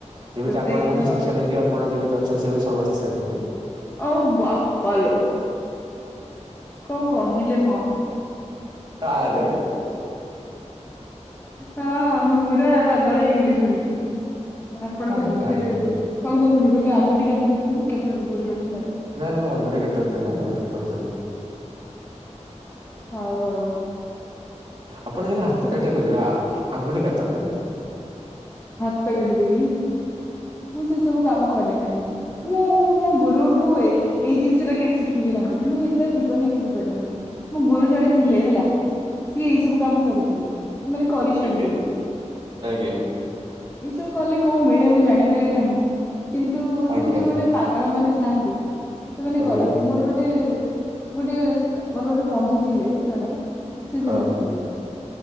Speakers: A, on the right; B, on the left.
A: ଯେମିତି
B: ସେତେ
A: ଆପଣ
B: ହିଁ
A: ମୋଠୁ
B: ତ
A: ଶିକ୍ଷା ନେଇକି ଆପଣ ଯେମିତି ଅଛନ୍ତି ସେମିତି ସମସ୍ତେ ସେମିତି।
B: ଓ ବାପା ଲୋ। କଣ କହିଲେ ମ?
A: ଆରେ ଆ।
B: ହଁ ପୁରା ଆଉ ପାଗଳ ହେଇଗଲି ଶୁଣିକି। ଆପଣଙ୍କ
A: ଆରେ
B: ଶିସ୍ୟ
A: ଭାଇ
B: ଯେହେତୁ। କଣ କହୁଛନ୍ତି ଗୋଟେ ଆଙ୍ଗୁଠି କାଟିକି ଦେଇଦେବି କି ଆପଣଙ୍କ ଗୁରୁ ଦେକ୍ଷୀଣାରେ।
A: ନା ନା ଆଙ୍ଗୁଠୀ କାଟନ୍ତୁନୀ ଆଙ୍ଗୁଳି କାଟନ୍ତୁନୀ।
B: ହୋଉ ଆଉ।
A: ଆପଣ ଚାହିଁଲେ ହାତ କାଟି ପରାବେ ଆଙ୍ଗୁଠି କାଟନ୍ତୁନି।
B: ହାତ କାଟିଦେବି ମୁଁ ସେ ସବୁ କାମ କରେ ନାହିଁ। ମୁଁ ମୁଁ ମୋ ଗୁରୁଠୁ ଏଇ ଜିନିଷ ଟା କେବେ ଶିଖିବି ନାହିଁ। ମୁଁ ଏଇଟା ଜୀବନରେ କେବେ କରିବି ନାହିଁ। ମୋ ଗୁରୁ ଜଣେ ଥିଲେ ହେଲା ସିଏ ଏଇ ସବୁ କାମ କରୁଥିଲେ। ମାନେ କରିଛନ୍ତି
A: ଆଜ୍ଞା ଆଜ୍ଞା।
B: ଏସବୁ କଲେ କଣ ମିଳେ ମୁଁ ଜାଣିପାରେ ନାହିଁ। କିନ୍ତୁ ଏ
A: ଆଜ୍ଞା
B: ସବୁ ଯୋଉ ମାନେ ପାଗଳ ମାନେ ଥାଆନ୍ତି ସେମାନେ
A: ଆଜ୍ଞା
B: କରନ୍ତି। ମୋର ଗୋଟେ ଗୋଟେ ମୋର ଗୋଟେ ବନ୍ଧୁ ଥିଲେ ଜଣେ ସିଏ
A: ହଁ
B: ସେମିତି ଥିଲେ।